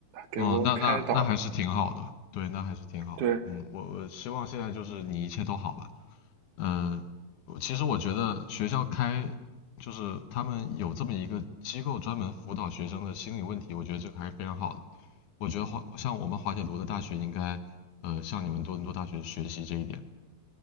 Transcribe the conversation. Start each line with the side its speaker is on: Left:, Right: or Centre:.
Right: 给我开导。
Left: 哦，那那那还是挺好的，对，那还是挺好的。
Right: 对，
Left: 嗯，我我希望现在就是你一切都好吧。嗯，呃其实我觉得学校开就是他们有这么一个机构专门辅导学生的心理问题，我觉得这个还是非常好的。我觉得华像我们华铁读的大学应该呃向你们多伦多大学学习这一点。